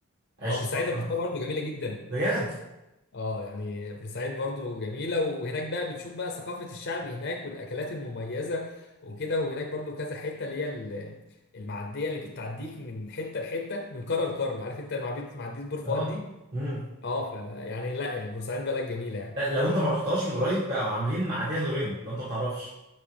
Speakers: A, on the right; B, on the left.
A: عشت
B: اه بورسعيد
A: فترة
B: رحتها
A: في
B: برضو جميله
A: <laughs>
B: جدا
A: بجد
B: اه يعني بورسعيد برضو جميلة وهناك بقى بتشوف بقى ثقافة الشعب هناك والأكلات المميزة وكده وهناك برضو كذا حتة اللي هي ال- المعدية اللي بتعديك من حتة لحتة من قارة لقارة عارف انت معدية معدية بور
A: اه
B: فؤاد دي
A: امم
B: اه فيعني لا يعني بورسعيد بلد جميلة يعني
A: لا، لو انت ما رحتهاش من قريب بقوا عاملين معادية دورين لو انت ما تعرفش